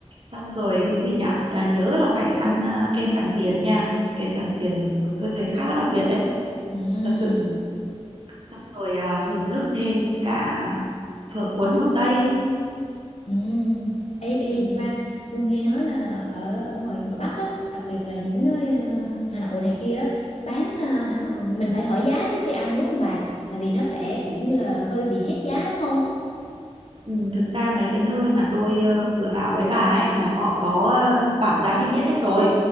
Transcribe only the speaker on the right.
xong rồi cái gì nhỉ à, nhớ là phải ăn à, kem Tràng Tiền nha kem Tràng Tiền tôi thấy khá là đặc biệt đấy
thật sự xong rồi à, thưởng thức thêm cả phở cuốn Hồ Tây
ừ,
ừ, thực ra mấy cái nơi mà tôi ờ, vừa bảo với bà ấy là họ có ờ, bảng giá niêm yết hết rồi